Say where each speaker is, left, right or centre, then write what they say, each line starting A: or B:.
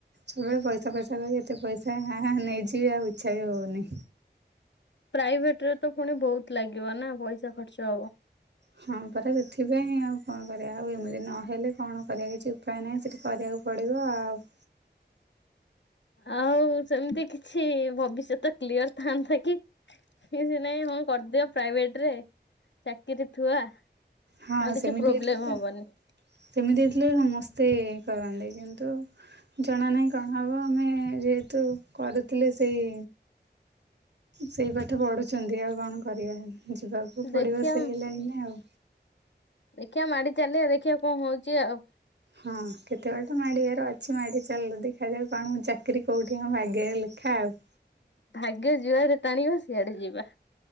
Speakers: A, on the right; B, on the left.
A: ସବୁବେଳେ ପଇସା, ଫଇସା କର। ଏତେ ପଇସା ନେଇଯିବେ, ଆଉ ଇଚ୍ଛା ବି ହଉନି।
B: ପ୍ରାଇଭେଟ ରେ ତ ପୁଣି ବହୁତ ଲାଗିବ ନା। ପଇସା ଖର୍ଚ୍ଚ ହବ।
A: ହଁ ପରା। ସେଥିପାଇଁ ଆଉ କଣ କରିବା, ଆଉ ଏମିତି ନହେଲେ କଣ କରିବା। କିଛି ଉପାୟ ନାହିଁ, ସେଠି କରିବାକୁ। ପଡ଼ିବ ଆଉ।
B: ଆଉ, ସେମିତି କିଛି ଭବିଷ୍ୟତ କ୍ଲିଅର ଥାନ୍ତା କି। ସେ ନାଇଁ, ହଁ କରିଦିଅ ପ୍ରାଇଭେଟ୍ ରେ ଚାକିରି ଥୁଆ। ଆଉ
A: ହଁ
B: କିଛି
A: ସେମିତି
B: ପ୍ରୋବ୍ଲେମ୍
A: ହେଇଥିଲେ ତ
B: ହବନି।
A: ସେମିତି ହେଇଥିଲେ ସମସ୍ତେ କରନ୍ତେ। କିନ୍ତୁ, ଜଣା ନାହିଁ କଣ ହେବ? ଆମେ, ହଁ। ଯେହେତୁ କରୁଥିଲେ, ସେଇ ସେଇ ପାଠ ପଢ଼ୁଛନ୍ତି। ଆଉ କଣ କରିବା, ଯିବାକୁ ପଡ଼ିବ
B: ଦେଖିବା
A: ସେଇ ଲାଇନରେ ଆଉ।
B: ଦେଖିବା ମାଡି ଚାଲିବା, ଦେଖିବା କଣ ହଉଛି ଆଉ।
A: ହଁ। କେତେ ବାଟା ମାଡିବାର, ଅଛି। କିଛି, ମାଡ଼ି ଚାଲ। ଦେଖାଯାଉ, କଣ ଚାକିରି କେଉଠି ଆମ ଭାଗ୍ୟରେ ଲେଖା ଆଉ।
B: ଭାଗ୍ୟ ଯିଆଡେ ଟାଣିବ, ସିଆଡେ ଯିବା।